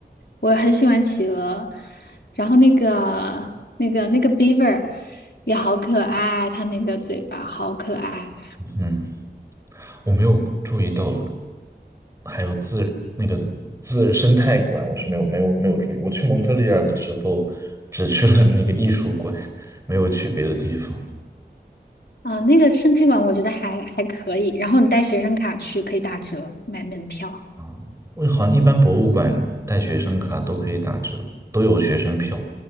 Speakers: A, on the left (about 65°); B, on the right (about 15°).
A: 我很喜欢企鹅。然后那个、那个、那个 beaver 也好可爱，它那个嘴巴好可爱
B: 嗯。我没有注意到，还有自那个自生态馆，我是没有没有没有注意。我去蒙特利尔的时候，只去了那个艺术馆，没有去别的地方
A: 啊、那个生态馆我觉得还还可以。然后你带学生卡去可以打折买门票，
B: 啊。我好像一般博物馆带学生卡都可以打折，都有学生票。